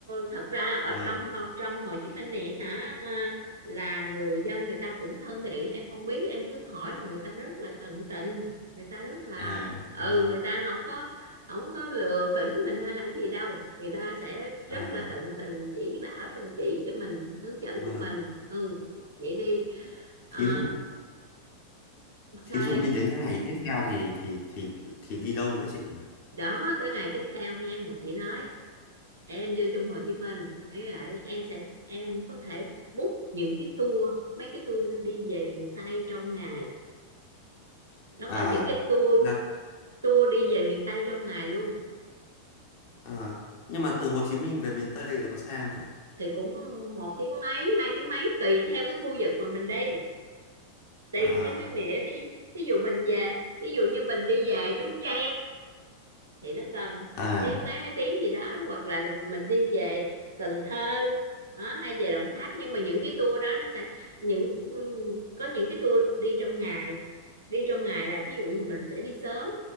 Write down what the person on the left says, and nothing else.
Vâng.
À,
vâng.
À,
vâng.
Thí dụ
thí dụ
như đến cái ngày tiếp theo thì thì thì thì đi đâu nữa chị nhỉ?
À,
là,
à nhưng mà từ Hồ Chí Minh về miền Tây thì có xa không chị?
À,
à,